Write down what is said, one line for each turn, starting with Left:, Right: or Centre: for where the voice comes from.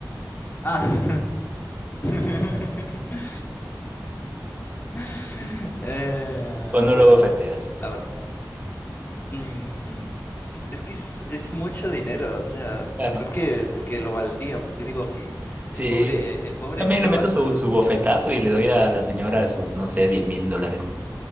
Left: Ah. <laughs> <laughs> Eh,
Right: ¿O no
Left: bueno,
Right: lo bofeteas?
Left: a ver. Mm, es que es, es mucho dinero, o sea,
Right: Claro.
Left: creo que, que lo valdría, porque digo, ok,
Right: Sí,
Left: el pobre, el pobre
Right: también
Left: niño
Right: le meto
Left: va a... su-
Right: su, su bofetazo y le doy a la señora sus, no sé, diez mil dólares.